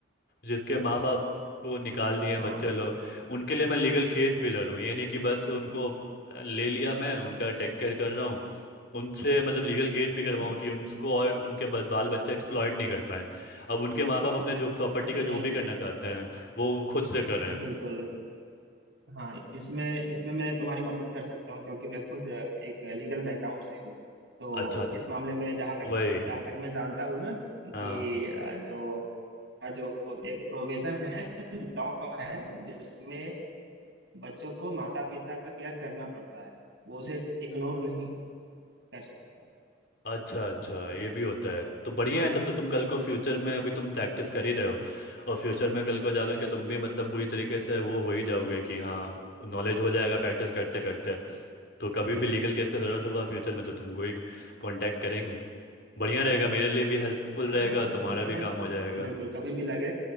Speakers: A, on the left; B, on the right.
A: जिसके माँ बाप को निकाल दिए हैं
B: हाँ
A: बच्चे लोग उनके लिए मैं लीगल केस भी लड़ूँ ये नहीं कि बस उनको ले लिया मैं उनका टेक केयर कर रहा हूँ उनसे मतलब लीगल केस भी करवाऊँ
B: हम्म,
A: कि उनको और उनके ब- बाल बच्चे एक्सप्लॉइट नहीं कर पाए अब उनके माँ बाप अपने जो प्रॉपर्टी का
B: नहीं
A: जो भी करना चाहते हैं वो खुद से करें
B: बिल्कुल हाँ इसमें इसमें मैं तुम्हारी मदद कर सकता हूँ क्योंकि मैं खुद एक लीगल बैकग्राउंड से हूँ तो
A: अच्छा अच्छा
B: इस मामले में जहाँ
A: वही
B: तक जहाँ तक मैं जानता हूँ ना
A: हाँ
B: कि जो जो एक प्रोविजन है लॉ है जिसमें बच्चों को माता पिता का केयर करना पड़ता है वो उसे इग्नोर नहीं कर सकता
A: अच्छा अच्छा ये भी होता है तो बढ़िया है तब तो तुम कल को फ्यूचर में अभी तुम प्रैक्टिस कर ही रहे हो और फ्यूचर में कल को जाकर के तुम भी मतलब पूरी तरीके से वो हो ही जाओगे कि हाँ नॉलेज हो जाएगा प्रैक्टिस करते करते तो कभी भी लीगल केस का ज़रूरत हुआ फ्यूचर में तो तुमको ही कांटेक्ट करेंगे बढ़िया रहेगा मेरे लिए भी हेल्पफुल
B: हाँ
A: रहेगा तुम्हारा
B: मतलब
A: भी काम हो जाएगा
B: बिल्कुल कभी भी लगे